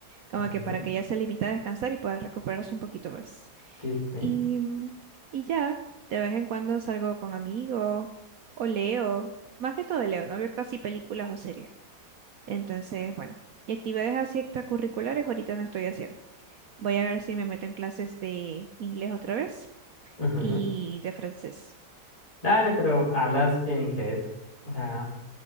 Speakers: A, on the right (about 65°); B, on the left (about 20°).
A: Como
B: Ajá.
A: que para que ella se limite a descansar y pueda recuperarse un poquito más.
B: Sí, sí, sí.
A: Y, mm, y ya, de vez en cuando salgo con amigos o leo, más que todo leo, no veo casi películas o series. Entonces, bueno, y actividades así extracurriculares ahorita no estoy haciendo. Voy a ver si me meto en clases de inglés otra vez
B: Ujú.
A: y de francés.
B: Dale, pero hablas bien inglés. O sea,